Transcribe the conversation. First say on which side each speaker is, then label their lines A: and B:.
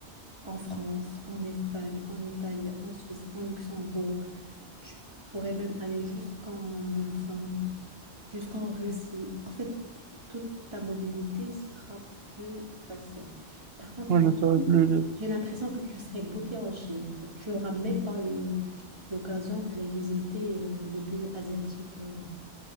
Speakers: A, on the right; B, on the right.
A: en France, en Espagne, en Italie, en Suisse, en Luxembourg. Tu pourrais même aller jusqu'en, euh, enfin, jusqu'en Russie. En fait, toute ta mobilité sera plus facile. Par contre,
B: Moi,
A: en
B: je serais
A: Chine,
B: plus libre.
A: j'ai l'impression que tu serais bloqué en Chine, en fait. Tu n'auras même pas le, l'occasion d'aller visiter euh, les pays asiatiques. euh,